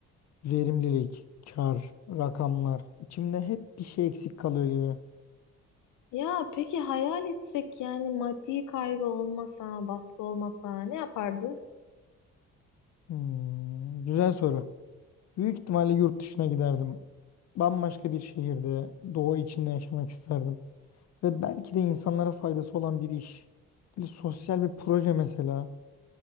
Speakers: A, on the left; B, on the left.
A: verimlilik, kar, rakamlar. İçimde hep bir şey eksik kalıyor gibi.
B: Ya peki hayal etsek yani maddi kaygı olmasa, baskı olmasa ne yapardın?
A: Hmm, güzel soru. Büyük ihtimalle yurt dışına giderdim. Bambaşka bir şehirde, doğa içinde yaşamak isterdim. Ve belki de insanlara faydası olan bir iş. Böyle sosyal bir proje mesela.